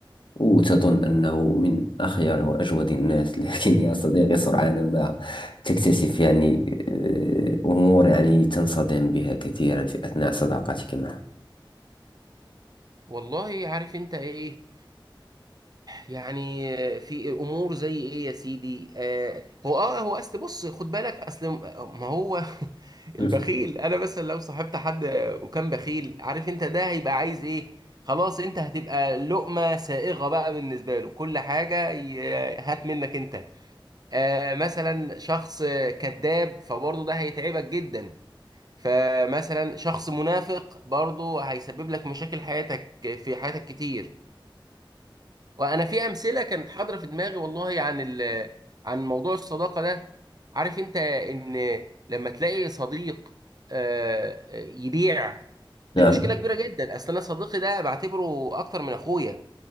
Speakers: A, on the left; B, on the right.
A: وتظن أنه من أخيار وأجود الناس <laughs> لكن يا صديقي سرعان ما تكتشف يعني آه، أمور يعني تنصدم بها كثيرا في أثناء صداقتك معه
B: والله عارف انت ايه يعني في امور زي ايه يا سيدي آه هو اه هو اصل بص خد بالك اصل ما هو <laughs>
A: <laughs>
B: البخيل انا مثلا لو صاحبت حد وكان بخيل عارف انت ده هيبقى عايز ايه خلاص انت هتبقى لقمة سائغة بقى بالنسبة له كل حاجة ي- هات منك انت آه مثلا شخص كذاب فبرضه ده هيتعبك جدا فمثلا شخص منافق برضه هيسبب لك مشاكل حياتك في حياتك كتير وانا في امثله كانت حاضره في دماغي والله عن ال... عن موضوع الصداقه ده عارف انت ان لما تلاقي صديق آه، آه، يبيع دي
A: نعم
B: مشكله كبيره جدا اصل انا صديقي ده بعتبره اكتر من اخويا